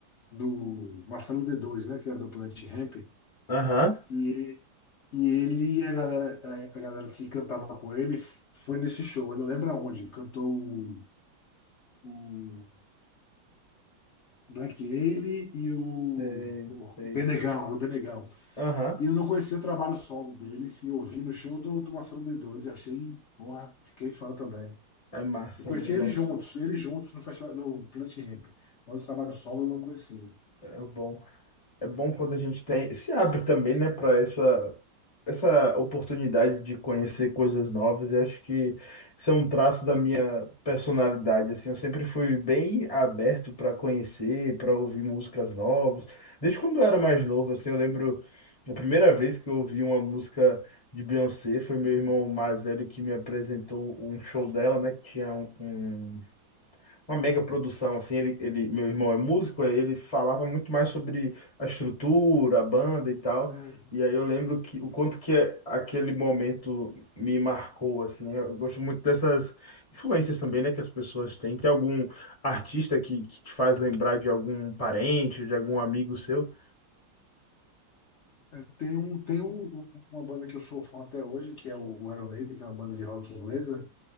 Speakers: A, on the left; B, on the left.
A: do Marcelo D2, né? Que era do Planet Hemp.
B: Aham.
A: E, e ele, a galera, a, a galera que cantava com ele, f- foi nesse show. Eu não lembro aonde. Cantou o, Black Alien e o,
B: Sei,
A: o
B: sei.
A: Benegão, era o Benegão.
B: Aham.
A: E eu não conhecia o trabalho solo deles e ouvi no show do, do Marcelo d Dois, e achei, porra, fiquei fã também.
B: É massa,
A: Eu conheci
B: né? Nossa,
A: eles juntos, eles juntos no festival, no Planet Hemp, mas o trabalho solo eu não conhecia.
B: é bom. É bom quando a gente tem, se abre também, né, para essa essa oportunidade de conhecer coisas novas. E acho que isso é um traço da minha personalidade. Assim, eu sempre fui bem aberto para conhecer, para ouvir músicas novas. Desde quando eu era mais novo, assim, eu lembro a primeira vez que eu ouvi uma música de Beyoncé foi meu irmão mais velho que me apresentou um show dela, né, que tinha um, um- uma mega produção, assim, ele, ele, meu irmão é músico, aí ele falava muito mais sobre a estrutura, a banda e tal.
A: Hum.
B: E aí eu lembro que o quanto que é- aquele momento me marcou, assim. Eu gosto muito dessas influências também, né, que as pessoas têm. Tem algum artista que, que te faz lembrar de algum parente, de algum amigo seu?
A: É, tem um, tem um- uma banda que eu sou fã até hoje, que é o Iron Maiden, que é uma banda de rock inglesa,